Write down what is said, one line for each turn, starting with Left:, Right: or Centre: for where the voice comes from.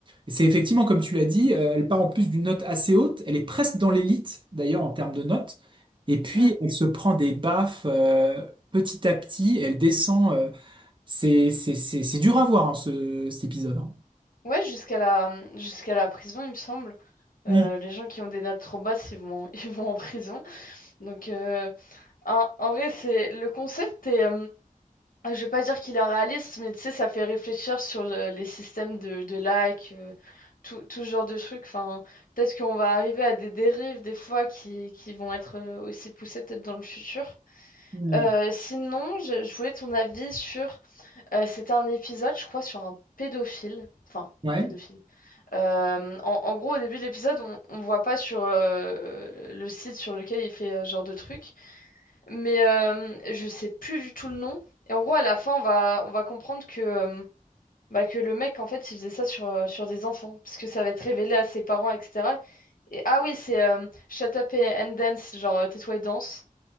Right: et C'est effectivement, comme tu l'as dit, euh, elle part en plus d'une note assez haute. Elle est presque dans l'élite d'ailleurs en termes de notes. Et puis
Left: Hmm.
Right: elle se prend des baffes euh, petit à petit. Elle descend. euh, c'est c'est- c'est- c'est dur à voir, hein, ce, cet épisode. hein.
Left: Ouais, jusqu'à la, jusqu'à la prison, il me semble. Euh,
Right: Mm.
Left: les gens qui ont des notes trop basses, ils vont, <laughs> ils vont en prison. Donc, euh, en, en vrai, c'est le concept est, euh, je vais pas dire qu'il est réaliste, mais tu sais, ça fait réfléchir sur le- les systèmes de, de likes, euh, tout, tout ce genre de trucs. Enfin, peut-être qu'on va arriver à des dérives des fois qui, qui vont être euh, aussi poussées peut-être dans le futur.
Right: Hmm.
Left: Euh, sinon, je, je voulais ton avis sur. euh, c'était un épisode, je crois, sur un pédophile. Enfin,
Right: Ouais.
Left: un pédophile. Euh, en, en gros, au début de l'épisode, on, on voit pas sur euh, le site sur lequel il fait euh, ce genre de truc, mais euh, je sais plus du tout le nom. Et en gros, à la fin, on va, on va comprendre que, euh, bah, que le mec, en fait, il faisait ça sur, euh, sur des enfants, parce que ça va être révélé à ses parents, etc. Et ah oui, c'est euh, Shut Up and Dance, genre euh, tais-toi et danse.